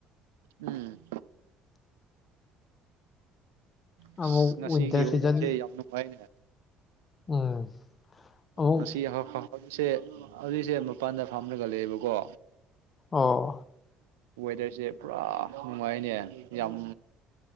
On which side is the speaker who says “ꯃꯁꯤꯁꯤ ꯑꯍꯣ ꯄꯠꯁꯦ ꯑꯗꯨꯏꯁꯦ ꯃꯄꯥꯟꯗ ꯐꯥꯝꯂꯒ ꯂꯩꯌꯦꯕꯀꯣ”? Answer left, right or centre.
Right